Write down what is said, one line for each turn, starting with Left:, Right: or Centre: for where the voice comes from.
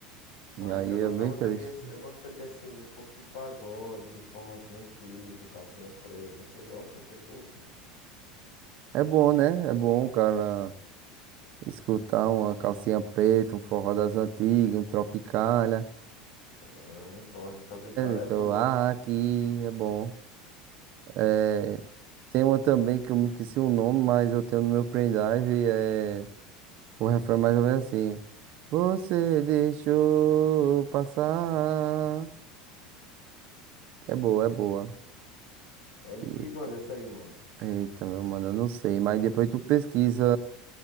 Left: Mas
Right: E aí
Left: eu
Right: é
Left: gostava
Right: bem triste.
Left: também assim, eu gosto também assim de um pouco de pagode, um forrozinho antigo, um calcinha preta. Você gosta? Você curte?
Right: É bom, né? É bom o cara escutar uma calcinha preta, um forró das antigas, um Tropicália.
Left: Ah, um forrozinho tropical é
Right: Estou
Left: bom.
Right: aqui, é bom. É, tem uma também que eu me esqueci o nome, mas eu tenho no meu pendrive, é O refrão é mais ou menos assim. Você deixou passar. É boa, é boa.
Left: É de
Right: E-
Left: que banda essa aí, mano?
Right: Eita, meu mano, eu não sei. Mas depois tu pesquisa.